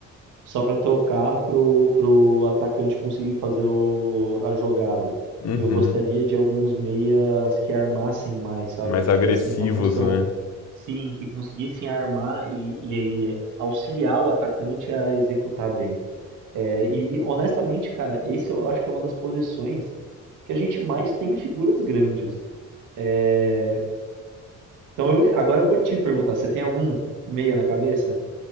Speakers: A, on the right (about 85°); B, on the left (about 55°).
A: só pra tocar pro, pro atacante conseguir fazer o- a jogada.
B: Uhum.
A: Eu gostaria de alguns meias que armassem mais, sabe?
B: Mais
A: Que
B: agressivos,
A: tivessem uma função
B: né?
A: Sim, que conseguissem armar e, e aí auxiliar o atacante a executar bem. É, e honestamente, cara, esse eu acho que é uma das posições que a gente mais tem figuras grandes. É, então eu- agora eu vou te perguntar, você tem algum meia na cabeça?